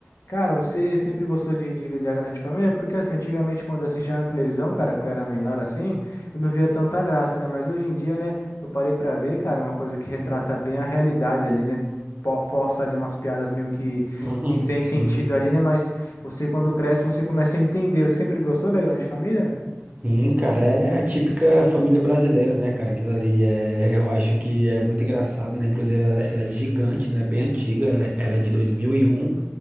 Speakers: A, on the left; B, on the right.
A: Cara, você sempre gostou de, de, de A Grande Família? Porque, assim, antigamente quando eu assistia na televisão, cara, que eu era menor assim, eu não via tanta graça, né? Mas hoje em dia, né, eu parei pra ver, cara, uma coisa que retrata bem a realidade ali, né? Po- Força ali umas piadas meio que,
B: Uhum,
A: que sem
B: sim.
A: sentido ali, né? Mas você, quando cresce, você começa a entender. Você sempre gostou da Grande Família?
B: Sim, cara, é a típica família brasileira, né, cara? Aquilo ali é, <laughs> eu acho que é muito engraçado, né? Inclusive, ela, ela é gigante, né? Bem antiga, ela, é- ela é de 2001 e um